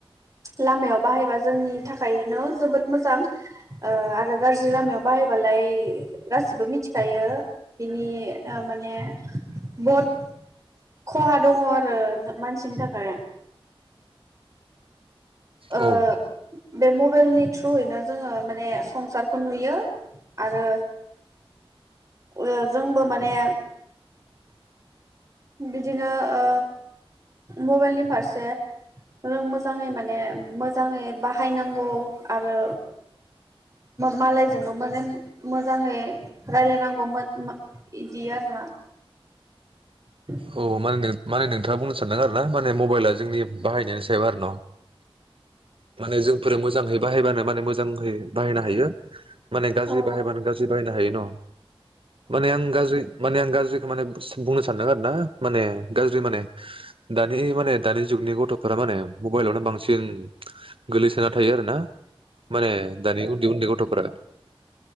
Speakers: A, on the right (about 35°); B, on the right (about 65°).
A: लामायाव बाहायबा जोंनि थाखायनो जोबोद मोजां आरो ओ गाज्रि लामायाव बाहायबालाय गासिबो मिथिखायो, बिनि ओ माने बद, खहा दङ आरो मानसिनि थाखाय, ओ
B: औ
A: बे मबाइलनि थ्रुयैनो जोङो माने संसारखौ नुयो आरो ओ जोंबो माने बिदिनो ओ मबाइलनि फारसे जों मोजाङै माने, मोजाङै बाहायनांगौ आरो मालायजोंबो माने मोजाङै रायलायनांगौ इदि आरोना, <inaudible>
B: औ माने माने नोंथाङा बुंनो सानदों आरो ना माने मबाइला जोंनि बाहायनायनि सायाव आरो न' माने जों फोरो मोजां है बाहायबानो माने मोजां है बाहायनो हायो माने गाज्रि
A: औ
B: बाहायबानो गाज्रि बायनो हायो न' माने आं गाज्रि माने आं जेखो बुंनो सानदों आरो ना माने गाज्रि माने दा, दे माने दानि जुगनि गथ'फोरा माने मबाइलावनो बांसिन गोलैसोना थायो आरो ना माने दानि उन्दै उन्दै गथ'फोरा